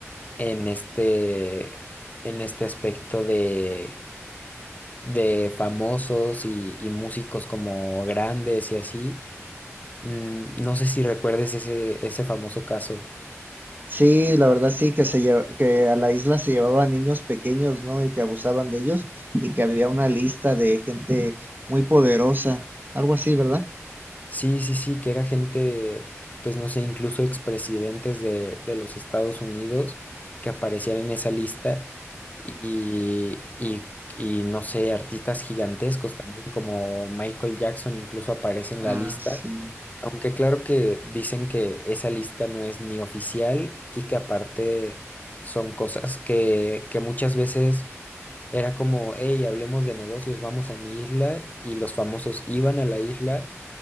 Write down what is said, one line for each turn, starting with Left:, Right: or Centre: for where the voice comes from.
Left: en este, en este aspecto de de famosos y, y músicos como grandes y así. Mm, no sé si recuerdes ese, ese famoso caso.
Right: Sí, la verdad sí, que se lle- que a la isla se llevaban niños pequeños, ¿no? Y que abusaban de ellos y que había una lista de gente muy poderosa, algo así, ¿verdad?
Left: Sí, sí, sí, que era gente, pues no sé, incluso expresidentes de, de los Estados Unidos que aparecían en esa lista y, y, y no sé, artistas gigantescos también como Michael Jackson incluso aparece en
Right: Ah,
Left: la lista
Right: sí.
Left: Aunque claro que dicen que esa lista no es ni oficial y que aparte son cosas que, que muchas veces era como, hey, hablemos de negocios, vamos a mi isla y los famosos iban a la isla